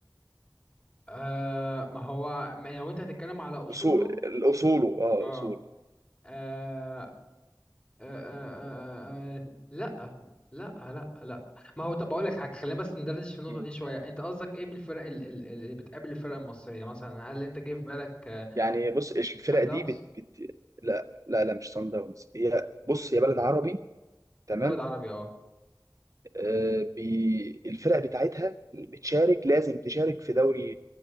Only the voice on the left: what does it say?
آه، ما هو ما لو انت هتتكلم على اصوله
اه
آه، آه، آه، آه، آه، لا لا لا لا ما هو طب اقول لك حاجه خلينا بس ندردش في النقطه
دي شويه انت قصدك ايه بالفرق ال- ال- اللي بتقابل الفرق المصريه مثلا هل انت جه في بالك آه،
سان داونز
بلد عربي اه